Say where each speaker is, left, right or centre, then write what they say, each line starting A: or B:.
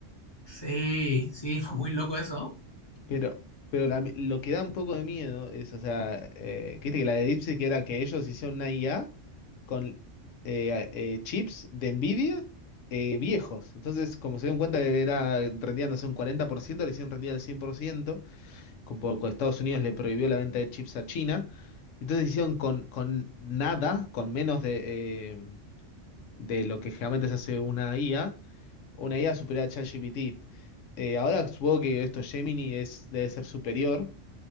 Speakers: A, on the left; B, on the left.
A: Sí, sí, <laughs> fue muy loco eso, ¿no?
B: Pero, pero la- lo que da un poco de miedo es, o sea, eh, que viste que la de DeepSeek era que ellos hicieron una IA con eh, eh, chips de Nvidia eh, viejos. Entonces, como se dieron cuenta que era rendían, no sé, un 40% le hicieron rendir al 100% como con Estados Unidos le prohibió la venta de chips a China. Entonces hicieron con, con nada, con menos de, eh, de lo que generalmente se hace una IA, una IA superior a ChatGPT. Eh, ahora supongo que esto Gemini es, debe ser superior,